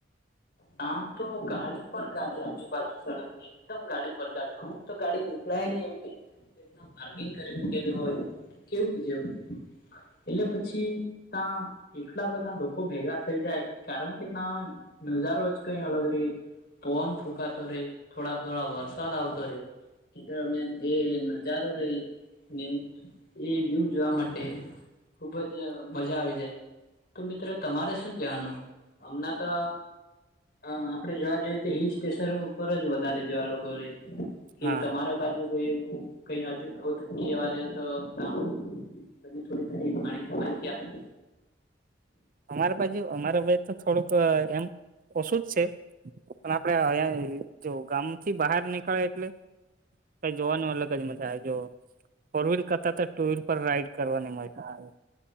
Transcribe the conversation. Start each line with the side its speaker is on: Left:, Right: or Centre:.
Left: ત્યાં તો ગાડી પર ગાડી આજુબાજુ સડક ની. એકદમ ગાડી પર ગાડી અમુક તો ગાડી નીકળાયે નહી એવી. <unintelligible> બગિન કરી મૂકેલલી હોય તો કેવું છે હું એટલે પછી. ત્યા એટલા બધા લોકો ભેગા થઈ જાય કારણ કે ત્યા. નજારો જ કઈ અલગ રે પવન ફુકાતો રે થોડા થોડા વરસાદ આવતો રે એ દરમિયાન એ નજારો રે ને. એ વ્યુ જોવા માટે ખુબ જ મજા આવી જાય. તો મિત્રો તમારે શું જાણવુ હમણાં તો. હા આપડે જોવા જોઈએ તો હિલ સ્ટેશન ઉપર જ વધારે જોવા લોકો રહે કે
Right: હા
Left: તમારે બાજુ. કોઈ એવું ક હજુત હોકીવા ર તો ત. <unintelligible> તમે થોડી ઘણી માહિતી આપશો.
Right: અમારી બાજુ અમારા બાાઈ તો થોડુંક એમ ઓછું જ છે. પણ આપડે અં જો ગામ થી બહાર નીકળે એટલે. કઈ જોવાનું અલગજ મજા આવે જો ફોર વ્હીલ કરતાં તો ટુ વ્હીલ પર રાઈડ કરવાની મજા આવે.